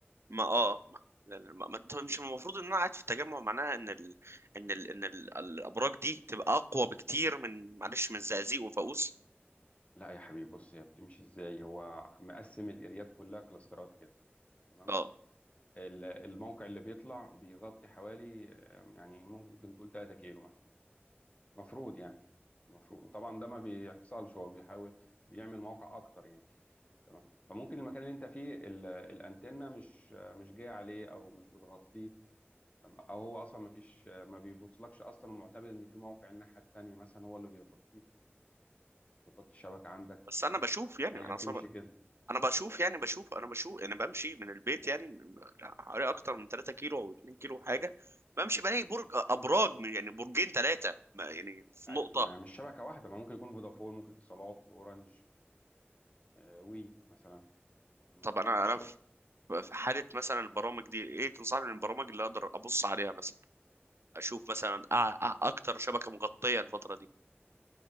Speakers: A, on the right (about 80°); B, on the left (about 30°).
A: ما اه
B: للاسف يعني.
A: ما لأن- ما- ما- طب مش المفروض ان انا قاعد في التجمع معناها ان ال... ان ال... ان ال... الابراج دي تبقى اقوى بكتير من معلش من الزقازيق وفاقوس
B: لا يا حبيبي بص هي بتمشي ازاي هو مقسم الاريات كلها كلاسترات كده تمام
A: اه
B: ال- الموقع اللي بيطلع بيغطي حوالي آه، يعني ممكن تقول 3 كيلو مثلا مفروض يعني المفروض طبعا ده ما بيحصلش هو بيحاول بيعمل مواقع اكتر يعني تمام فممكن المكان اللي انت فيه ال- الانتنه مش آه، مش جايه عليه او مش بتغطيه تمام؟ او هو اصلا ما فيش ما بيبوصلكش اصلا ومعتمد ان في موقع الناحيه التانيه مثلا هو اللي بيغطيه نقاط الشبكة عندك
A: بس
B: تمام
A: انا بشوف يعني
B: هي
A: انا
B: بتمشي
A: صبر
B: كده
A: انا بشوف يعني بشوف انا بشوف انا بمشي من البيت يعني م- م- حوالي اكتر من 3 كيلو او 2 كيلو حاجه بمشي بلاقي برج ابراج من- يعني برجين ثلاثه يعني في
B: أي
A: نقطه
B: ما هي مش شبكة واحدة ما ممكن يكون فودافون ممكن اتصالات أورنج آه، وي مثلا تمام
A: طب انا
B: مش
A: انا
B: شرط
A: في في حاله مثلا البرامج دي ايه تنصحني من البرامج اللي اقدر ابص عليها مثلا اشوف مثلا أع- أع- اكتر شبكه مغطيه الفتره دي